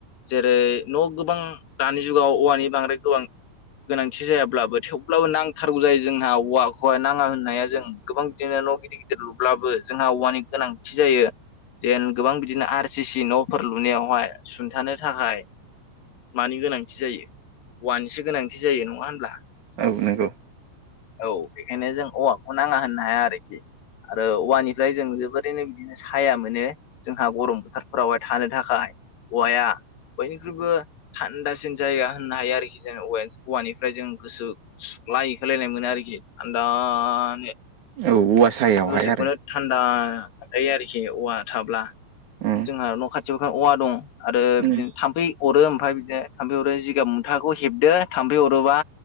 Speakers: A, on the left; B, on the right.
A: जेरै न' गोबां दानि जुगाव औवानि बांद्राय गोबां गोनांथि जायाब्लाबो थेवब्लाबो नांथारगौ जायो जोंहा औवा <unintelligible> नाङा होननाया जों गोबां बिदिनो न' गिदिर गिदिर लुब्लाबो जोंहा औवानि गोनांथि जायो। जेन गोबां बिदिनो आर सि सि न'फोर लुनायावहाय सुंथानो थाखाय मानि गोनांथि जायो औवानिसो गोनांथि जायो नङा होनब्ला?
B: औ नोंगौ।
A: औ बेखायनो जों औवाखौ नाङा होननो हाया आरोखि। आरो औवानिफ्राय जों जोबोरैनो बिदिनो साया मोनो। जोंहा गरम बोथारफोरावहाय थानो थाखाय औवाया बयनिख्रुइबो थान्दासिन जायगा होननो हायो आरोखि जों औवानिफ्राय जों गोसो सुग्लाय होलायनाय मोनो आरोखि थान्दानो
B: औ औवा साया यावहाय
A: गोसोखौनो
B: आरो
A: थान्दा थायो आरोखि औवा थाब्ला
B: उम
A: जोंहा न' खाथियाव औवा दं आरो
B: उम
A: बिदिनो थाम्फै अरो ओमफफ्राय बिदिनो थाम्फै अरो जिगाब मुथाखौ हेबदो थाम्फै अरोबा